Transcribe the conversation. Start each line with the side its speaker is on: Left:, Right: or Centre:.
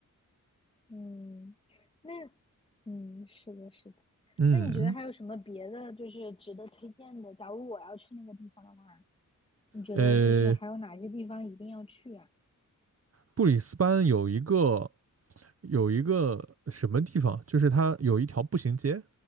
Left: 嗯，那嗯，是的，是的。
Right: 嗯，
Left: 那你觉得还有什么别的就是值得推荐的？假如我要去那个地方的话，你觉得就是还有哪些地方一定要去啊？
Right: 呃，布里斯班有一个有一个什么地方，就是它有一条步行街，